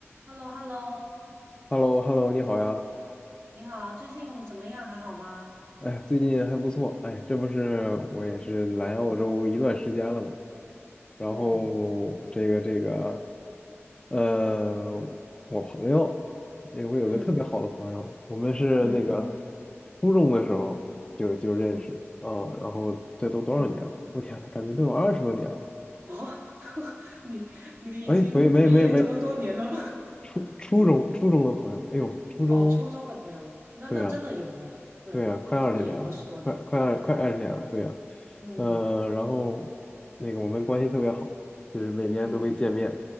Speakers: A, on the right (about 55°); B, on the left (about 20°).
A: h e l l o h e l l o
B: h e l l o h e l l o 你好呀！
A: 你好啊，最近怎么样？还好吗？
B: 哎呀，最近还不错。哎，这不是我也是来澳洲一段时间了嘛，
A: 嗯，
B: 然后
A: 哦，
B: 这个这个，呃，我朋友，哎，我有个特别好的朋友，
A: 嗯
B: 我们是那个
A: 嗯
B: 初中的时候就就认识啊，
A: 嗯
B: 然后这都多少年了？
A: 嗯，
B: 我天呐，感觉都有二十多年了。
A: 哦，<laughs> 你你已经毕业这么多年了吗？
B: 哎，没没没没，初初中初中的朋友，哎呦，
A: <laughs>
B: 初中，
A: 哦，初中的朋友，那那真的有哎，
B: 对呀。
A: 对，
B: 对呀，快二十年了，
A: 真的有二十多年，
B: 快快二快二十年了，
A: 对，
B: 对呀，
A: 嗯
B: 嗯、然后那个我们关系特别好，就是每年都会见面，
A: 嗯，